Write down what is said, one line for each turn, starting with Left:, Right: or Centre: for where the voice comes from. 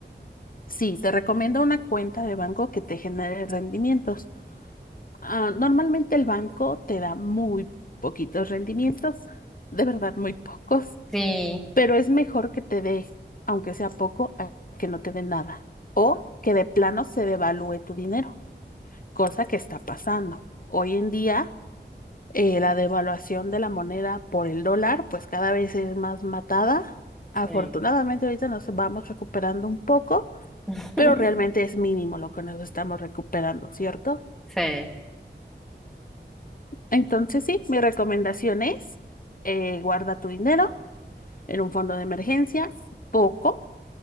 Left: Sí, te recomiendo una cuenta de banco que te genere rendimientos. Ah, normalmente el banco te da muy poquitos rendimientos, de verdad muy pocos,
Centre: Sí,
Left: pero es mejor que te dé, aunque sea poco, a que no te dé nada. O que de plano se devalúe tu dinero, cosa que está pasando. Hoy en día, eh, la devaluación de la moneda por el dólar, pues cada vez es más matada. Afortunadamente
Centre: sí,
Left: ahorita nos vamos recuperando un poco,
Centre: <laughs>
Left: pero realmente es mínimo lo que nos estamos recuperando, ¿cierto?
Centre: sí.
Left: Entonces, sí, mi recomendación es eh, guarda tu dinero en un fondo de emergencia, poco,